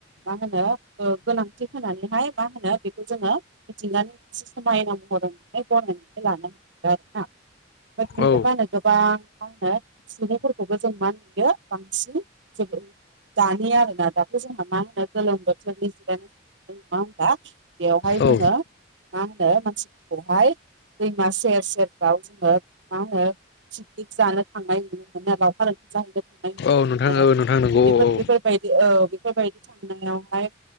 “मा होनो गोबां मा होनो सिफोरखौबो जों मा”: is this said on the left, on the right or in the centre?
Right